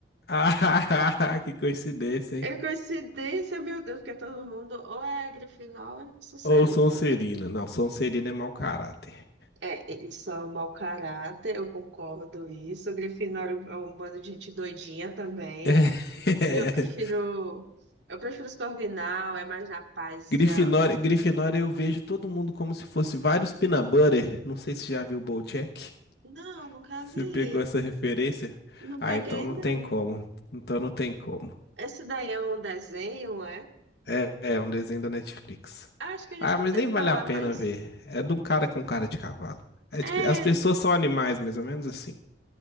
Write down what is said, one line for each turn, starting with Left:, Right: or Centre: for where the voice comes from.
Left: Ah, <laughs> que coincidência, hein?
Right: É coincidência, meu Deus, porque todo mundo ou é Grifinória ou é Sonserina,
Left: Ou Sonserina.
Right: né?
Left: Não, Sonserina é mau caráter.
Right: É, eles são mau caráter, eu concordo isso. Grifinória é um é um bando de gente doidinha também.
Left: <laughs> É.
Right: Eu prefiro, eu prefiro Corvinal, é mais na paz.
Left: Grifinória,
Right: é-
Left: Grifinória eu vejo todo mundo como se fosse vários peanut butter. Não sei se já viu o BoJack.
Right: Não, nunca
Left: Você
Right: vi.
Left: pegou essa referência?
Right: Não peguei,
Left: Ah, então não
Right: não.
Left: tem como. Então não tem como.
Right: Esse daí é um desenho, é?
Left: É, é um desenho da Netflix.
Right: Acho que eu já
Left: Ah,
Right: escutei
Left: mas nem
Right: falar,
Left: vale a pena
Right: mas
Left: ver. É de um cara com cara de cavalo. É
Right: é.
Left: tipo- As pessoas são animais, mais ou menos assim.